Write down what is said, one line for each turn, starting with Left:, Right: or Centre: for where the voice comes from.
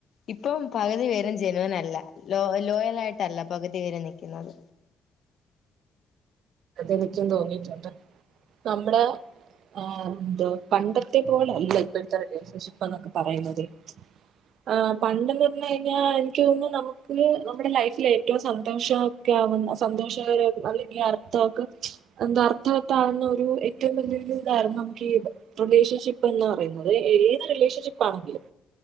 Left: ഇപ്പം പകുതി പേരും ജെനുവിന് അല്ല. ലോ ലോയൽ ആയിട്ടല്ല പകുതി പേരും നിക്ക്ന്നത്.
Right: എനിക്കും തോന്നിയിട്ടുണ്ട്. നമ്മുടെ ആഹ് എന്തോ പണ്ടത്തെ പോലെല്ല ഇപ്പത്തെ റിലേഷൻഷിപ്പ് എന്നൊക്കെ പറയുന്നത്. ആ പണ്ടെന്ന് പറഞ്ഞ് കഴിഞ്ഞാൽ <inaudible> നമുക്ക് നമ്മുടെ ലൈഫിൽ ഏറ്റവും സന്തോഷമൊക്കെ ആവുന്ന സന്തോഷകര അല്ലെങ്കിൽ അർ <inaudible> അർത്ഥവത് ആകുന്ന ഒരു ഏറ്റവും വലിയ ഇതായിരുന്നു നമുക്ക് ഈ റിലേഷൻഷിപ്പ് എന്ന് പറയുന്നത്. ഏത് റിലേഷൻഷിപ്പാണെങ്കിലും